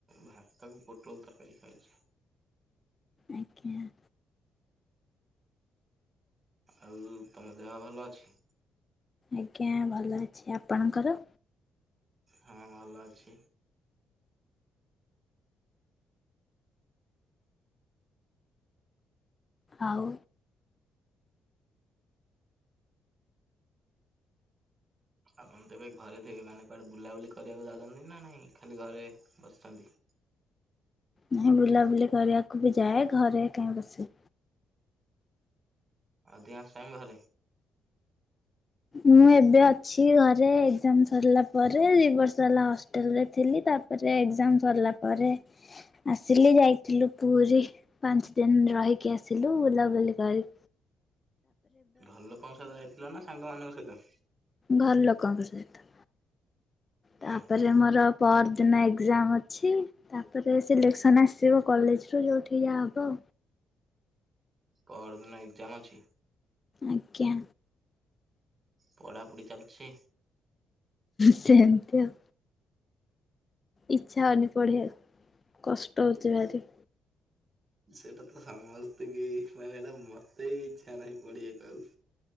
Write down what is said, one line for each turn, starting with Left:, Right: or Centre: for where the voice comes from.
Right: ଭାତ କୁ ପୋଟଲ ତରକାରୀ ଖାଇଛି।
Left: ଆଜ୍ଞା।
Right: ଆଉ ତମ ଦେହ ଭଲ ଅଛି?
Left: ଆଜ୍ଞା ଭଲ ଅଛି ଆପଣଙ୍କର?
Right: ହଁ ଭଲ ଅଛି।
Left: ଆଉ।
Right: ଆପଣ ତ ଏବେ ଘରେ ଥିବେ ମାନେ କୁଆଡେ ବୁଲାବୁଲି କରିବାକୁ ଯାଉଛନ୍ତି ନା ନାଇଁ ଖାଲି ଘରେ ବସିଛନ୍ତି।
Left: ନାଇଁ ବୁଲାବୁଲି କରିବାକୁ ବି ଯାଏ ଘରେ କାହିଁ ବସିବି।
Right: ଅଧିକାଁଶ ଟାଇମ ଘରେ?
Left: ମୁଁ ଏବେ ଅଛି ଘରେ ଏଗଜାମ୍ ସରିଲା ପରେ ଦି ବର୍ଷ ହେଲା ହଷ୍ଟେଲ ରେ ଥିଲି। ତାପରେ ଏକ୍ଜାମ୍ ସରିଲା ପରେ ଆସିଲି ଯାଇଥିଲୁ ପୁରୀ ପାଞ୍ଚ ଦିନ। ରହିକି ଆସିଲୁ ବୁଲାବୁଲି କରିି
Right: ଘର ଲୋକଙ୍କ ସହିତ ଯାଇଥିଲ ନା ସାଙ୍ଗମାନାନଙ୍କ ସହିତ?
Left: ଘର ଲୋକଙ୍କ ସହିତ। ତାପରେ
Right: ଓହୋ
Left: ମୋର ପରଦିନ ଏକ୍ଜାମ୍ ଅଛି ତାପରେ ସିଲେକ୍ସନ୍ ଆସିବ କଲେଜରୁୁ ଯେଉଁଠି ଯାହା ହେବ।
Right: ପରଦିନ ଏକ୍ଜାମ୍ ଅଛି?
Left: ଆଜ୍ଞା।
Right: ପଢ଼ାପଢି ଚାଲିଛି।
Left: ସେନ ତି ଆଉ। ଇଚ୍ଛା ହଉନି ପଢ଼ିବାକୁ, କଷ୍ଟ ହେଉଛି ଭାରି।
Right: ସେଟା ତ ସମସ୍ତ କି ମାନେ ଏଇଟା ମତେ ଇଚ୍ଛା ନାହିଁ ପଡିିବାକୁ ଆଉ।